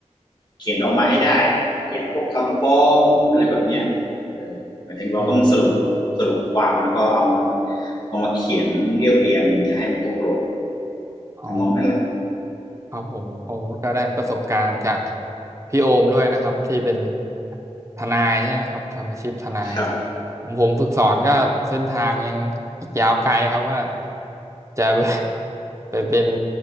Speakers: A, on the left; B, on the right.
A: เขียนออกมาให้ได้เขียนพวกคำฟ้องอะไรแบบเนี้ยเหมายถึงเราต้องสรุปสรุปความแล้วก็เอามา
B: อืม
A: เอามาเขียนเรียบเรียงอย่าให้มันตกหล่น
B: อ๋อ
A: ทำนองนั้นแหละ
B: ครับผมโอ้ก็ได้ประสบการณ์จากพี่โอมด้วยนะครับที่เป็นทนายใช่ไหมครับทำอาชีพทนาย
A: ครับ
B: ของผมฝึกสอนก็เส้นทางยังอีกยาวไกลครับว่าจะไป <laughs> ไปเป็น